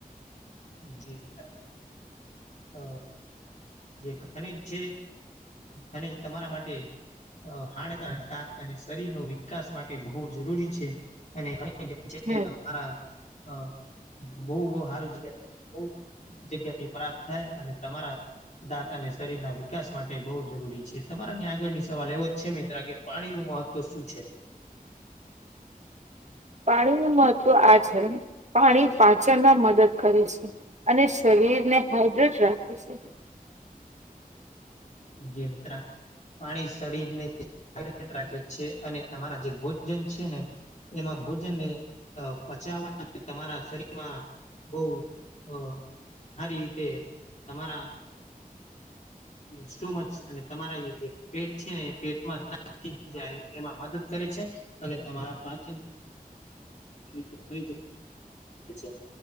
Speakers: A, on the left; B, on the right.
A: જી મિત્ર અ જે ખનીજ છે અને તમારા માટે હાડકા <unintelligible> અને શરીર નો વિકાસ માટે બહુ જરૂરી છે અને <unintelligible>
B: હમ
A: હા અ બહુ સારું <unintelligible> બ જગ્યા થી પ્રાપ્ત થાય અને તમારા દાંત અને શરીર ના વિકાસ માટે બહુ જરૂરી છે તમારાની આગળની સવાલ એવો જ છે મિત્ર કે પાણી નું મહત્વ શું છે
B: પાણી નો મહત્વ આ છે પાણી પાચનમાં મદદ કરે છે અને શરીરને હાઈડ્રેટ રાખે છે
A: જી મિત્ર પાણી શરીર ને હયદ્રેડ રાખે છે અને તમારા જે ભોજન છે ને એમાં ભોજનને પચાવવા તમારા શરીરમાં બહ અ હારી રીતે તમારા સો મચ અને તમારા જે પેટ છે ને પેટમાં જાય એમાં મદદ કરે છે અને તમારા પાચન તંત્ર જે ર <unintelligible>